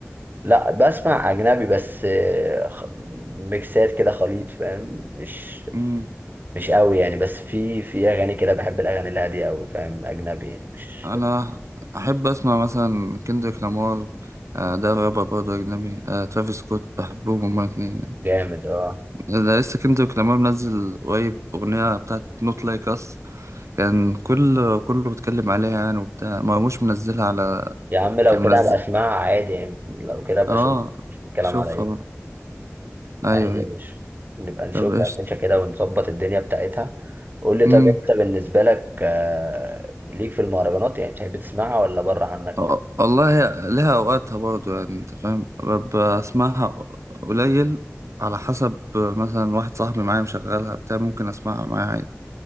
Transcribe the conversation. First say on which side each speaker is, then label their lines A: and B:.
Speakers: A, on the right; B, on the right.
A: لا بسمع اجنبي بس آه، خ- ميكسات كده خليط فاهم مش
B: امم
A: مش قوي يعني بس في في اغاني كده بحب الاغاني الهاديه قوي فاهم اجنبي يعني مش
B: انا احب اسمع مثلا كندريك لامار آه، ده رابر برضه اجنبي آه، ترافيس سكوت بحبهم هما الاتنين يعني
A: جامد اه
B: ده لسه كندريك لامار منزل قريب اغنيه بتاعت نوت لايك اس كان كل كله بيتكلم عليها يعني وبتاع مرموش منزلها على
A: يا عم لو
B: كان منزل
A: كده هبقى اسمعها عادي يعني لو كده هبقى
B: اه
A: اشوف الكلام
B: شوفها
A: على ايه
B: بقى. ايوه
A: عادي يا
B: ايوه
A: باشا نبقى نشوف
B: طب قشطة
A: يا باشا كده ونظبط الدنيا بتاعتها قول لي
B: امم
A: طب انت بالنسبة لك آه، ليك في المهرجانات يعني بتحب تسمعها ولا بره عنك
B: أه، والله هي لها اوقاتها برضه يعني انت فاهم ببقى اسمعها قليل على حسب مثلا واحد صاحبي معايا مشغلها بتاع ممكن اسمعها معايا عادي